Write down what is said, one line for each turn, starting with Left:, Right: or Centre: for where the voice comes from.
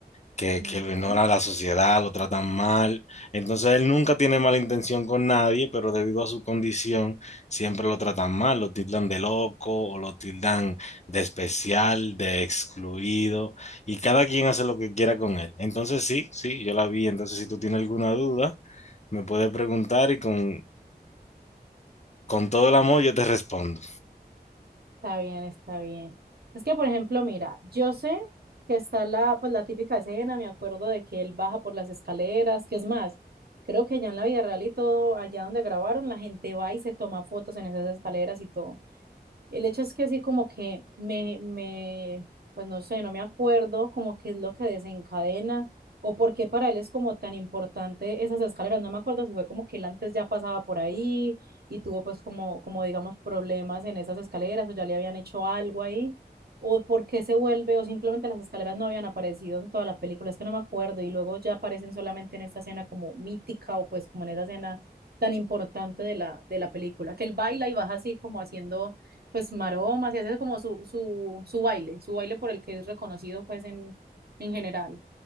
Left: que,
Right: Ujú.
Left: que lo ignora la sociedad, lo tratan mal. Entonces él nunca tiene mala intención con nadie, pero debido a su condición siempre lo tratan mal, lo tildan de loco o lo tildan de especial, de excluido, y cada quien hace lo que quiera con él. Entonces sí, sí, yo la vi, entonces si tú tienes alguna duda, me puedes preguntar y con, con todo el amor yo te respondo.
Right: Está bien, está bien. Es que, por ejemplo, mira, yo sé que está la, pues, la típica escena, me acuerdo de que él baja por las escaleras, que es más, creo que ya en la vida real y todo, allá donde grabaron, la gente va y se toma fotos en esas escaleras y todo. El hecho es que así como que me, me, pues no sé, no me acuerdo como qué es lo que desencadena o por qué para él es como tan importante esas escaleras. No me acuerdo si fue como que él antes ya pasaba por ahí y tuvo pues como, como digamos problemas en esas escaleras o ya le habían hecho algo ahí o por qué se vuelve o simplemente las escaleras no habían aparecido en toda la película. Es que no me acuerdo y luego ya aparecen solamente en esta escena como mítica o pues como en esa escena tan importante de la, de la película, que él baila y baja así como haciendo pues maromas y hace como su, su, su baile, su baile por el que es reconocido pues en, en general.